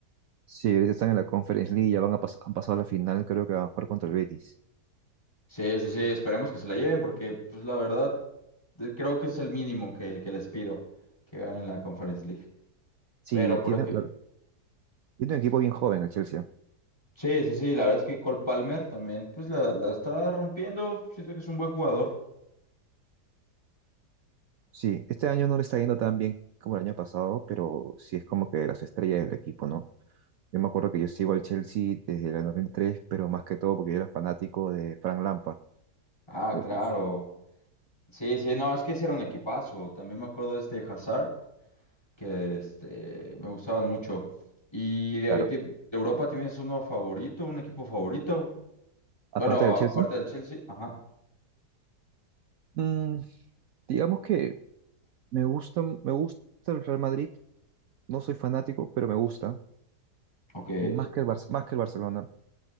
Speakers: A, on the right (about 65°); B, on the left (about 15°).
A: Sí, ahorita están en la Conference League, ya van a pas- han pasado a la final, creo que van a jugar contra el Betis.
B: Sí, sí, sí, esperemos que se la lleven porque, pues, la verdad, eh, creo que es el mínimo que, que les pido que ganen la Conference League.
A: Sí,
B: Pero, por
A: tiene,
B: ejemplo,
A: la- tiene un equipo bien joven el Chelsea.
B: sí, sí, sí, la verdad es que Cole Palmer también, pues, la, la está rompiendo. Siento que es un buen jugador.
A: Sí, este año no le está yendo tan bien como el año pasado, pero sí es como que las estrellas del equipo, ¿no? Yo me acuerdo que yo sigo al Chelsea desde el 2003, pero más que todo porque yo era fanático de Frank Lampard.
B: Ah,
A: Yo,
B: claro.
A: uff,
B: Sí, sí, no, es que ese era un equipazo. También me acuerdo de este Hazard, que este, me gustaban mucho. ¿Y de,
A: claro.
B: de Europa tienes uno favorito, un equipo favorito? Bueno,
A: Aparte del Chelsea,
B: aparte del Chelsea, ajá,
A: mm, digamos que me gusta, me gusta el Real Madrid No soy fanático, pero me gusta.
B: ok,
A: Más que el Barce- más que el Barcelona.